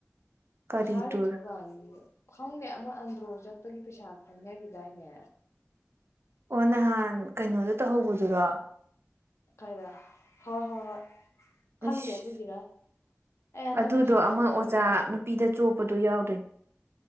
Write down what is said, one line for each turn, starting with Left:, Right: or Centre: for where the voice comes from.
Right: ꯀꯔꯤ
Left: ꯄꯩꯁꯥ ꯂꯩꯇ꯭ꯔꯀꯥꯟꯁꯤꯗ
Right: ꯇꯨꯔ
Left: ꯈꯪꯗꯦ ꯑ ꯃꯣꯢ ꯑꯟꯗ꯭ꯔꯣ ꯆꯠꯄꯒꯤ ꯄꯩꯁꯥ ꯈꯥꯢꯅꯔꯤꯗꯥꯏꯅꯦ
Right: ꯑꯣ ꯅꯍꯥꯟ ꯀꯩꯅꯣꯗ ꯇꯧꯍꯧꯕꯗꯨꯔꯣ
Left: ꯀꯥꯏꯗ ꯍꯣ ꯍꯣ ꯍꯣꯏ
Right: ꯑꯁ
Left: ꯈꯪꯗꯦ ꯑꯗꯨꯒꯤꯔ ꯑꯩ ꯍꯟꯗꯛ
Right: ꯑꯗꯨꯗꯣ
Left: ꯄꯩꯁꯥ
Right: ꯑꯃ
Left: ꯆꯪꯗ꯭ꯔꯤꯅꯦ
Right: ꯑꯣꯖꯥ ꯅꯨꯄꯤꯗ ꯆꯣꯄꯗꯣ ꯌꯥꯎ ꯌꯧꯗꯣꯢꯅꯤ